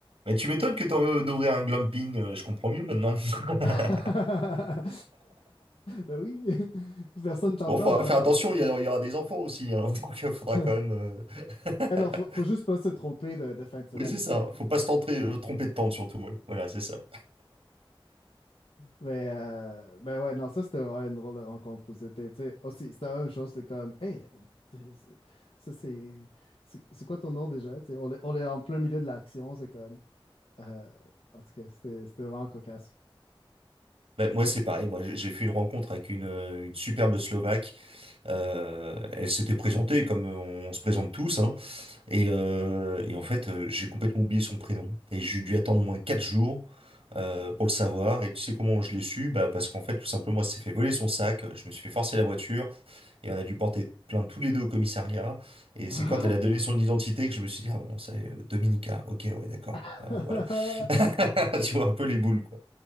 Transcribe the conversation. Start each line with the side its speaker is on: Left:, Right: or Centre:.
Right: Mais tu m'étonnes que t'en veux d'ouvrir un glamping, euh, je comprends mieux maintenant. <laughs>
Left: <laughs> Ben oui, <laughs> personne t'entend
Right: Bon, faut
Left: dans la
Right: faire
Left: forêt.
Right: attention, il y, a- il y aura des enfants aussi, hein, <laughs> donc il faudra
Left: <laughs>
Right: quand même... euh, <laughs>
Left: Ah non, faut, faut juste pas se tromper de, de fin de semaine,
Right: Oui, c'est
Left: tu
Right: ça,
Left: sais.
Right: faut pas se tenter, euh, tromper de tente surtout, ouais. Voilà, c'est ça.
Left: Mais euh, ben ouais, non, ça c'était vraiment une drôle de rencontre où c'était, tu sais, aussi, c'était la même chose, c'est comme, hey, tu sais, c'est- ça c'est, c'est c'est quoi ton nom déjà? Tu sais, on est, on est en plein milieu de l'action, c'est comme, euh, en tout cas, c'était c'était vraiment cocasse.
Right: Ben, moi, c'est pareil, moi, j'ai j'ai fait une rencontre avec une, euh, une superbe Slovaque, Euh, elle s'était présentée comme euh, on se présente tous, hein. Et, euh, et en fait, euh, j'ai complètement oublié son prénom. Et j'ai dû attendre au moins 4 jours euh, pour le savoir. Et tu sais comment je l'ai su? Bah, parce qu'en fait, tout simplement, elle s'est fait voler son sac. euh, Je me suis fait forcer la voiture. Et on a dû porter plainte tous les deux au commissariat. Et
Left: <laughs>
Right: c'est quand elle a donné son identité que je me suis dit, ah bon, c'est euh, Dominica. Ok, ouais, d'accord.
Left: <laughs>
Right: Euh, voilà. <laughs> Tu vois, un peu les boules, quoi.